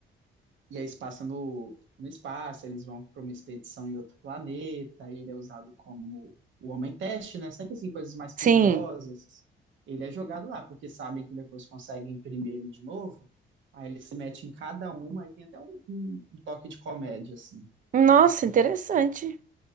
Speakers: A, on the right; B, on the right.
A: E aí se passa no, no espaço, eles vão para uma expedição em outro planeta, aí ele é usado como o homem-teste, né? Sempre assim, coisas mais
B: Sim.
A: perigosas. Ele é jogado lá, porque sabem que depois conseguem imprimir ele de novo. Aí ele se mete em cada uma, aí tem até um, um um toque de comédia, assim.
B: Nossa, interessante.